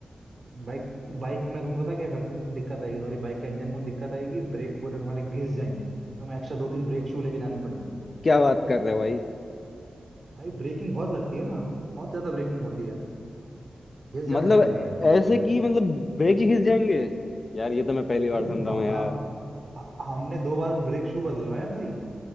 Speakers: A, on the right (about 55°); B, on the left (about 50°).
A: बाइक बाइक में तुम्हें पता क्या खर्च- दिक्कत आएगी तुम्हारी बाइक का इंजन में दिक्कत आएगी ब्रेक पूरे तुम्हारे घिस जाएंगे तुम्हें एक्स्ट्रा दो तीन ब्रेक शू लेके जाने पड़ेंगे
B: क्या बात कर रहे हो भाई
A: भाई ब्रेकिंग बहुत लगती है ना बहुत ज्यादा ब्रेकिंग होती है घिस
B: मतलब
A: जाते हैं पूरे बाइक
B: ऐसे
A: के
B: कि मतलब ब्रेक ही खींच जाएंगे यार ये तो मैं पहली
A: भाई
B: बार सुन रहा
A: हम,
B: हूँ यार
A: हम हमने दो बार ब्रेक शू बदलवाए हैं भाई